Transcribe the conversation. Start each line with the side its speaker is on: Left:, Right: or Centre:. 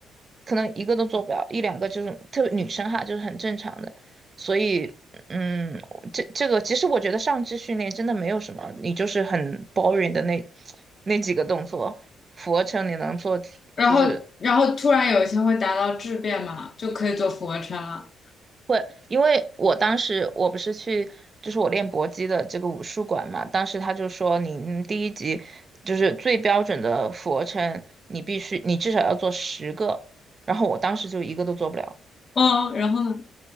Right: 可能一个都做不了，一两个就是特别女生哈，就是很正常的。所以，嗯，这这个其实我觉得上肢训练真的没有什么，你就是很 boring 的那那几个动作，俯卧撑你能做就是。
Left: 然后然后突然有一天会达到质变嘛，就可以做俯卧撑了。
Right: 会，因为我当时我不是去，就是我练搏击的这个武术馆嘛，当时他就说你嗯第一集就是最标准的俯卧撑，你必须你至少要做十个，然后我当时就一个都做不了，
Left: 嗯，然后呢？